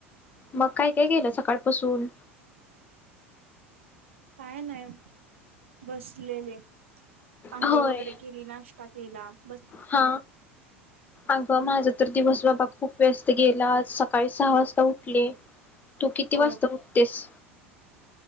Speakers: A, on the left; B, on the right.
A: मग काय काय गेलं सकाळपासून
B: काय नाही बसलेले अंघोळ,
A: होय.
B: वगैरे केली नाश टा केला बस
A: हा अगं माझा तर दिवस बाबा खूप व्यस्त गेला आज सकाळी सहा वाजता उठले तू किती
B: होय
A: वाजता उटतेस